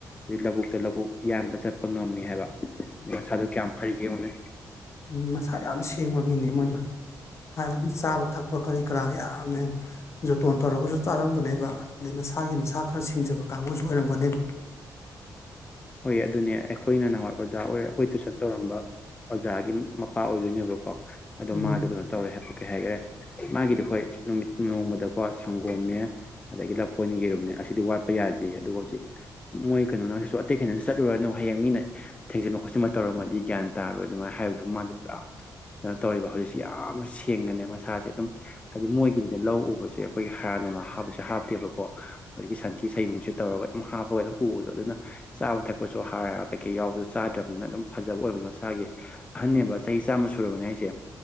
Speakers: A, on the left; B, on the left.
A: ꯃꯤ ꯂꯕꯨꯛꯇ ꯂꯕꯨꯛ ꯌꯥꯝꯕ ꯆꯠꯄ ꯉꯝꯃꯤ ꯍꯥꯏꯕ ꯃꯁꯥꯗꯣ ꯀ꯭ꯌꯥꯝ ꯐꯔꯤꯒꯦ ꯌꯦꯡꯉꯨꯅꯦ
B: ꯃꯤ ꯃꯁꯥ ꯌꯥꯝ ꯁꯦꯡꯕ ꯃꯤꯅꯤ ꯃꯣꯏꯗꯣ ꯍꯥꯏꯕꯗꯤ ꯆꯥꯕ ꯊꯛꯄ ꯀꯔꯤ ꯀꯔꯥ ꯌꯥꯝꯅ ꯌꯦꯡ ꯖꯣꯇꯣꯟ ꯇꯧꯔꯒꯖꯨ ꯆꯥꯔꯝꯒꯅꯦꯕ ꯑꯗꯩ ꯃꯁꯥꯒꯤ ꯃꯁꯥ ꯈꯔ ꯁꯦꯡꯖꯕ ꯀꯥꯡꯕꯨꯖꯨ ꯑꯣꯏꯔꯝꯒꯅꯦꯕ
A: ꯍꯣꯏ ꯑꯗꯨꯅꯦ ꯑꯩꯈꯣꯏꯅ ꯅꯍꯥꯋꯥꯏ ꯑꯣꯖꯥ ꯑꯣꯏꯔ ꯑꯩꯈꯣꯏ ꯇꯨꯏꯁꯟ ꯇꯧꯔꯝꯕ ꯑꯣꯖꯥꯒꯤ ꯃꯝ ꯃꯄꯥ ꯑꯣꯏꯗꯣꯏꯅꯦꯕꯀꯣ ꯑꯗꯣ
B: ꯎꯝ
A: ꯃꯥꯗꯣ ꯀꯅꯣ ꯇꯧꯋꯦ ꯍꯥꯏꯕ ꯀꯩ ꯍꯥꯏꯒ꯭ꯔꯦ ꯃꯥꯒꯤꯗꯤ ꯍꯣꯏ ꯅꯨꯃꯤꯠ ꯅꯣꯡꯃꯗꯀꯣ ꯁꯪꯒꯣꯝꯅꯦ ꯑꯗꯒꯤ ꯂꯐꯣꯏꯅꯦ ꯌꯦꯔꯨꯝꯅꯦ ꯑꯁꯤꯗꯤ ꯋꯥꯠꯄ ꯌꯥꯗꯦꯌꯦ ꯑꯗꯨꯒ ꯍꯧꯖꯤꯛ ꯃꯣꯏ ꯀꯩꯅꯣꯅꯁꯨ ꯇꯩ ꯀꯩꯅꯣꯁꯨ ꯆꯠꯂꯨꯔꯅꯣ ꯍꯌꯦꯡ ꯃꯤꯅ ꯊꯦꯡꯖꯤꯟꯕ ꯈꯣꯠꯆꯤꯟꯕ ꯇꯧꯔꯝꯃꯗꯤ ꯒ꯭ꯌꯥꯟ ꯇꯥꯔꯣꯏ ꯑꯗꯨꯃꯥꯏ ꯍꯥꯏꯕꯗꯨ ꯃꯥꯗꯤ ꯄꯨꯔꯥ ꯀꯩꯅꯣ ꯇꯧꯔꯤꯕ ꯍꯧꯖꯤꯛꯁꯤ ꯌꯥꯝ ꯁꯦꯡꯅꯅꯦ ꯃꯁꯥꯁꯦ ꯑꯗꯨꯝ ꯍꯥꯏꯗꯤ ꯃꯣꯏꯒꯤꯗꯤꯅꯦ ꯂꯧ ꯎꯕꯁꯦ ꯑꯩꯈꯣꯏꯒꯤ ꯍꯥꯔ ꯅꯨꯡꯒ ꯍꯥꯞꯄꯁꯦ ꯍꯥꯞꯇꯦꯕꯀꯣ ꯍꯧꯖꯤꯛꯀꯤ ꯁꯟꯊꯤ ꯁꯩꯌꯨꯡꯁꯦ ꯇꯧꯔꯒ ꯑꯗꯨꯝ ꯍꯥꯞꯄꯒ ꯑꯗꯨꯝ ꯎꯕꯗꯣ ꯑꯗꯨꯅ ꯆꯥꯕ ꯊꯛꯄꯁꯨ ꯍꯥꯔ ꯀꯩꯀꯩ ꯌꯥꯎꯕꯗꯣ ꯆꯥꯗ꯭ꯔꯝꯅꯤꯅ ꯑꯗꯨꯝ ꯐꯖꯕ ꯑꯣꯏꯕꯗꯣ ꯃꯁꯥꯒꯤ ꯑꯍꯟꯅꯦꯕ ꯆꯍꯤ ꯆꯥꯝꯃ ꯁꯨꯔꯕꯅꯦ ꯍꯥꯢꯁꯦ